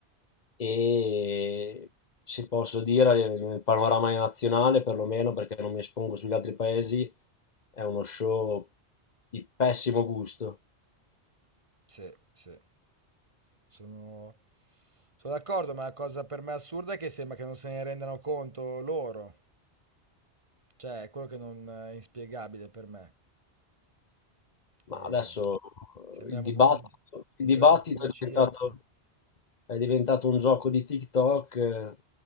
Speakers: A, on the left (about 45°); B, on the right (about 30°).
A: e se posso dire nel panorama nazionale perlomeno perché non mi espongo sugli altri paesi è uno show di pessimo gusto
B: Sì, sì. Sono... Sono d'accordo, ma la cosa per me assurda è che sembra che non se ne rendano conto loro. Cioè, è quello che non è inspiegabile per me.
A: ma
B: E
A: adesso
B: sembriamo
A: eh, il dibattito,
B: proprio un, un
A: il dibattito
B: grandissimo
A: è
B: circo.
A: diventato è diventato un gioco di TikTok eh,